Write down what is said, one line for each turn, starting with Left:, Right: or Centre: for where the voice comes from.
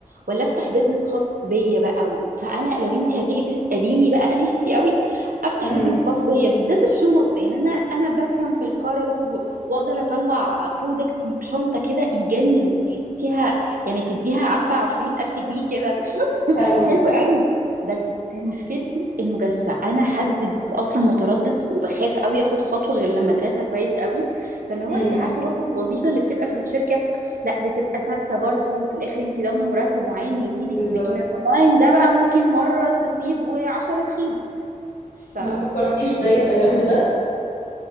Right: ولا افتح بيزنس خاص بيا بقى و... فانا لو انت هتيجي تساليني بقى نفسي قوي افتح
Left: امم
Right: بيزنس خاص بيا بالذات الشنط يعني انا انا بفهم في الخرز و... واقدر اطلع برودكت شنطه كده يجنن وتحسيها يعني تديها عارفة 200 ألف جنيه كده
Left: حلو
Right: حلو قوي بس مشكلتي المجازفة أنا حد ب- أصلا متردد وبخاف قوي أخد خطوة غير لما أدرسها كويس قوي فاللي هو
Left: امم
Right: أنت عارفة برضو الوظيفة اللي بتبقى في الشركة لا بتبقى ثابتة برضو في الآخر أنت ضامنة مرتب معين يجيلك
Left: بالظبط
Right: لكن الأونلاين ده بقى ممكن مرة تصيب وعشرة تخيب ف
Left: ما فكرتيش
Right: انت
Left: ده يبقى جنب ده